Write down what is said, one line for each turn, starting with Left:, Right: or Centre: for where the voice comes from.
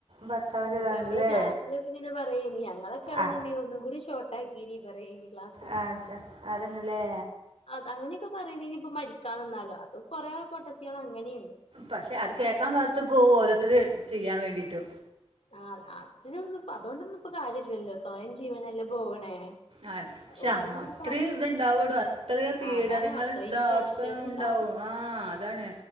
Right: ഭർത്താവിൻ്റെ
Left: അപ്പൊ
Right: ഇതാണ്ടല്ലേ
Left: നമ്മള് ക്ലാസിലൊക്കെങ്ങനെ പറയേനി ഞങ്ങളൊക്കാണ്‌ന്ന്ടെങ്കി
Right: ആ
Left: ഒന്നും കൂടെ ഷോ ക്കിനി പറയേനീ ക്ലാസില്
Right: ആ, അത് അതന്നല്ലേ
Left: അത് അങ്ങനെയൊക്കെ പറയണെനിപ്പോ മരിക്ക ക്കാ നിന്നാലോ അതും കൊറേ പൊട്ടത്തിയൾ അങ്ങനേനി
Right: പക്ഷെ അത് കേൾക്കാൻ കാത്തുക്കോ ഓരോരുത്തർ ചെയ്യാൻ വേണ്ടീട്ട്
Left: ആ അതിനൊന്നുപ്പം അതോണ്ടൊന്നും പ്പം കാര്യല്ലല്ലോ സ്വയം ജീവന് ല്ല പോവണേ
Right: ആഹ് പക്ഷേ
Left: ഓല്
Right: അങ്ങ
Left: എന്തേലും
Right: അത്രിം
Left: പറ
Right: ഇത് ഇണ്ടാവടോ അത്തറീം പീഡനങ്ങള്
Left: ആഹ് അതാണ് അത്രയും
Right: ഇതാക്ക്നുണ്ടാവും
Left: പ്രഷർ ഇണ്ടാവും
Right: ആഹ് അതാണ്